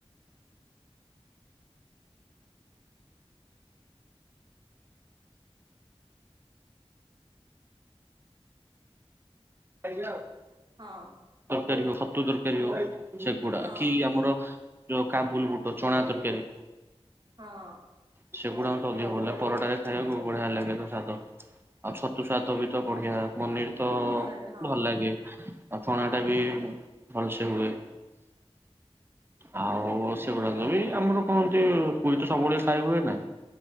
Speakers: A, on the right; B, on the right.
A: ଆଜ୍ଞା।
B: ହଁ।
A: ତରକାରୀ ହଉ ଛତୁ ତରକାରୀ ହଉ ସେଗୁଡା
B: ହଁ
A: କି ଆମର କି କାବୁଲ ବୁଟୋ ଚଣା ତରକାରୀ।
B: ହଁ।
A: ସେଗୁଡାକ ଅଧିକ <unintelligible> ପରଟାରେ ଖାଇବାକୁ ବଢ଼ିଆ ଲାଗେ, ତ ସଦ ଆଉ ଛତୁ <unintelligible> ବି ତ ବଢିଆ ପନିର ତ
B: ଭଲ ଲାଗେ ହଁ
A: ଭଲ ଲାଗେ। ପଣା ଟା ବି ଭଲସେ ହୁଏ। ଆଉ ସେଗୁଡାକ ବି ଆମର କଣ ହନ୍ତି ପୁଇ ତ ସବୁବେଳେ ଖାଇ ହୁଏ ନା